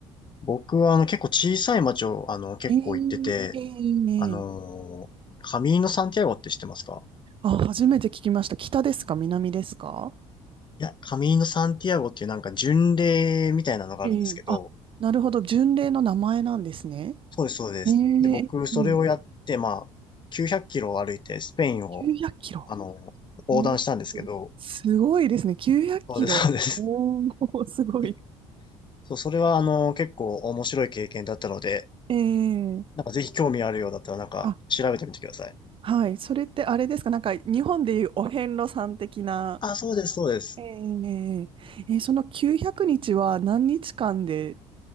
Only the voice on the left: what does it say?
僕はあの結構小さい町をあの結構行ってて、
あのーカミーノ・サンティアゴって知ってますか
いや、カミーノ・サンティアゴっていうなんか巡礼みたいなのがあるんですけど、
そうです、そうです。
で、僕それをやって、まあ、900キロを歩いてスペインを、
あの横断したんですけど、
そうです、そうです。
<laughs> そう、それはあの、結構面白い経験だったので、
なんかぜひ興味あるようだったらなんか調べてみてください。
あ、そうです、そうです。